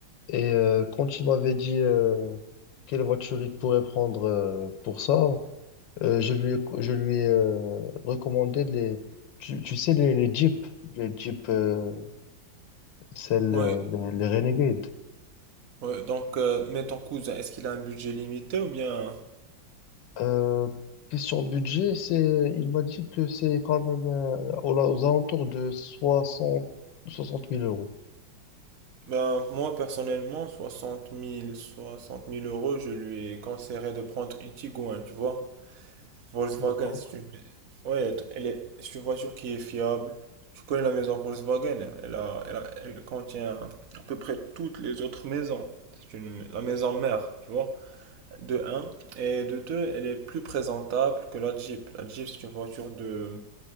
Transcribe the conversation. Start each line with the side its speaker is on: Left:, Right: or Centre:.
Left: Et euh, quand il m'avait dit euh, quelle voiture il pourrait prendre euh, pour ça, euh, je lui ai, je lui ai euh, recommandé les, tu, tu sais, les, les Jeeps, les Jeeps, euh, celles,
Right: Ouais,
Left: euh, les, les Renegades.
Right: ouais, donc euh, mais ton cousin, est-ce qu'il a un budget limité ou bien
Left: Euh, question budget, c'est, il m'a dit que c'est quand même euh, aux, aux alentours de soixante soixante mille euros.
Right: Ben, moi, personnellement, soixante mille soixante mille euros, je lui conseillerais de prendre une Tiguan, tu vois. Volkswagen,
Left: D'accord.
Right: c'est une... Ouais, elle est... c'est une voiture qui est fiable. Tu connais la maison Volkswagen, elle a... Elle a- elle contient à peu près toutes les autres maisons. C'est une... la maison mère, tu vois. De un. Et de deux, elle est plus présentable que la Jeep. La Jeep, c'est une voiture de,